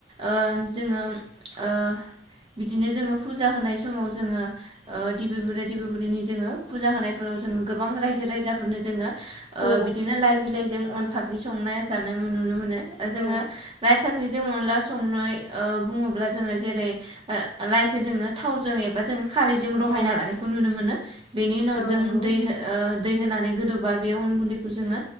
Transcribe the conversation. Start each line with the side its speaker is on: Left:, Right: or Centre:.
Right: ओ जोङो ओ बिदिनो जोङो फुजा होनाय समाव जोङो ओ देबि बुरि देबि बुरिनि जोङो फुजा होनायफोराव जोङो गोबां रायजो राजाफोरनो जोङो ओ
Left: औ
Right: बिदिनो लाइ बिलाइजों अन फाख्रि संनाय जानाय नुनो मोनो। ओ
Left: औ
Right: जोङो लाइ फाख्रिजों अनला संनाय ओ बुङोब्ला जोङो जेरै ओ लाइखो जोङो थावजों एबा जों खारैजों रहायना
Left: औ
Right: लानायखौ नुनो मोनो। बेनि उनाव
Left: औ
Right: जों
Left: नंगौ
Right: दै हो ओ दै होनानै गोदौबा बे अन गुन्दैखौ जोङो